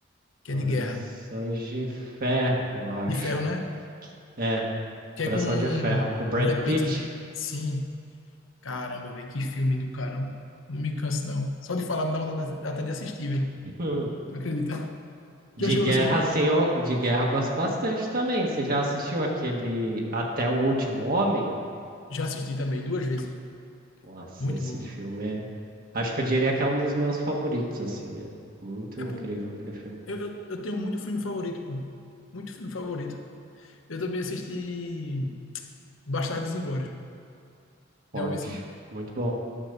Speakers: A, on the left; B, on the right.
A: que
B: Corações
A: é de guerra.
B: de Ferro, acho.
A: De ferro, né?
B: É,
A: Que
B: Coração
A: é com
B: de Ferro com o Brad
A: Brad
B: Pitt.
A: Pitt. Sim. Caramba, velho, que filme do caramba. Não me canso, não. Só de falar, me dá vontade até de assistir, velho.
B: <laughs> Hum.
A: Tu Acredita?
B: De
A: Já chegou
B: guerra,
A: a assistir?
B: sim, eu- de guerra eu gosto bastante também. Você já assistiu aquele Até o Último Homem?
A: Já assisti também, duas vezes.
B: Nossa,
A: Muito
B: esse
A: bom.
B: filme é. Acho que eu diria que é um dos meus favoritos, assim. É muito
A: É
B: incrível
A: porque
B: aquele filme.
A: eu, eu, eu tenho muito filme favorito, pô. Muito filme favorito. Eu também assisti Bastardos Inglórios.
B: Forte.
A: Já ouvi sim?
B: Muito bom.